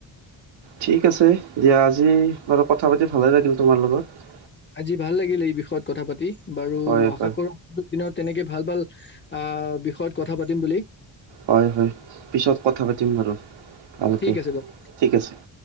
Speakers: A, on the right; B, on the left.
A: ঠিক আছে দিয়া আজি বাৰু কথা পাতি ভালে লাগিল তোমাৰ লগত
B: আজি ভাল লাগিল, এই বিষয়ত কথা পাতি বাৰু
A: হয়
B: আশা
A: হয়।
B: কৰো আগ দিনৰত তেনেকে ভাল, ভাল আহ বিষয়ত কথা পাতিম বুলি
A: হয়, হয় পিছত কথা পাতিম বাৰু ভালকৈ
B: ঠিক আছে বাৰু
A: ঠিক আছে